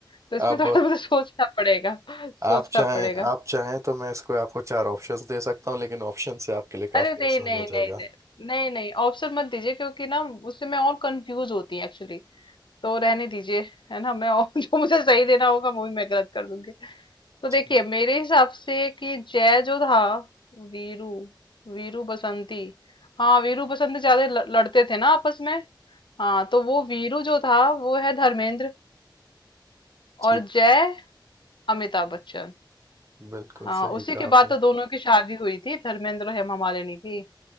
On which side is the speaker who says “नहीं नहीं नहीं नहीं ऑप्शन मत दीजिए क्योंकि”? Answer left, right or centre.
Left